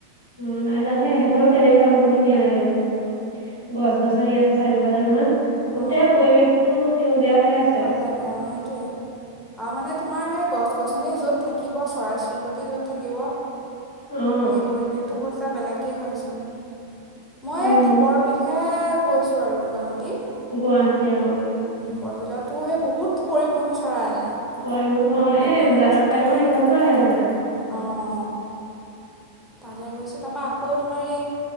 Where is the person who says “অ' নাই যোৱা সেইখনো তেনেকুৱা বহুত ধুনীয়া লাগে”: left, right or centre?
Left